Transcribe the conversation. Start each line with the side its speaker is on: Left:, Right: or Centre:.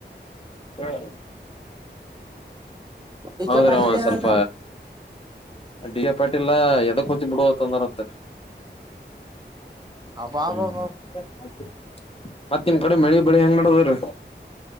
Left: ಹೇಳು
Right: ಡಿ
Left: ಹೌದರಮ್ಮ
Right: ಕೆ ಪಾಟೀಲ್ ಏನಂದ
Left: ಸ್ವಲ್ಪ ಡಿಕೆ ಪಾಟೀಲ್ ಎದಕ್ ಹೋತಿ ಬಿಡು ಅಂದರಂತ
Right: ಅಬ್ಬಾಬಾಬ
Left: ಹ್ಮ್ಮ್ ಹ್ಮ ಮತ್ತ ನಿಮ್ ಕಡೆ ಮಳಿ ಬೆಳಿ ಹೆಂಗ್ ನಡದಾರ